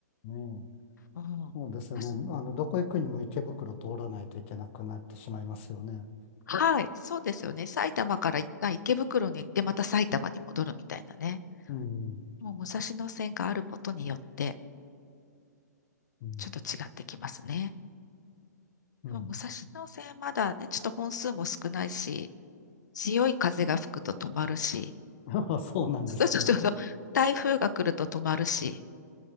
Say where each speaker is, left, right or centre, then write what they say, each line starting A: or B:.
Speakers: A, on the left; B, on the left.
A: ねえ。
B: うん。
A: そうですよね。
B: 確
A: あの、どこ行くにも池袋通らないといけなくなってしまいますよね。
B: はい。そうですよね。埼玉から一旦池袋に行って、また埼玉に戻るみたいなね。
A: うん。
B: もう武蔵野線があることによって、
A: うん。
B: ちょっと違ってきますね。
A: うん。
B: でも武蔵野線まだね、ちょっと本数も少ないし、強い風が吹くと止まるし、
A: <laughs> そうなんですね。
B: そうそうそうそう、台風が来ると止まるし、